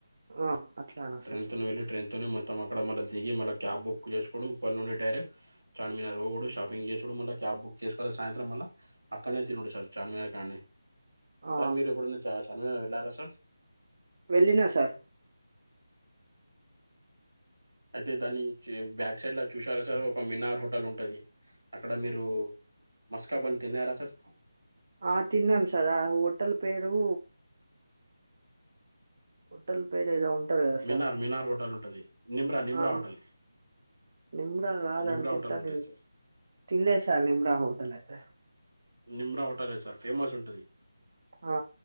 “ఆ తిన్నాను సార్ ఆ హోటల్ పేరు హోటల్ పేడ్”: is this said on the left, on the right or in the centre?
Right